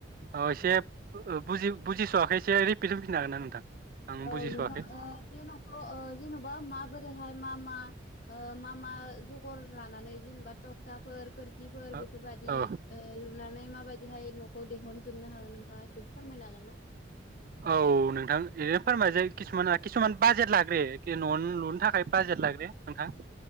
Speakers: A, on the right; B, on the left.
A: ओ एसेब ओ बुजि बुजिस'वाखै एसे रिपिट होफिननो हागोन ना नोंथां आं
B: औ
A: बुजिस'वाखै
B: नोंथां ओ बे ओ न'खौ जेन'बा माबोरैहाय मा मा ओ मा मा जगर लानानै जेनेबा तकताफोर खिरखि फिफोर
A: ओ
B: बेफोरबाददि
A: औ
B: ओ लुनानै माबायदिहाय न <unintelligible> जोबनो हागोन नोंथाङा एसे फोरमायनो हागोन ना
A: औ नोंथां ओरैनो फोरमाय जै किसुमान किसुमान बाजेट लाग्रो न' लुनो थाखाय बाजेट लाग्रो नोंथां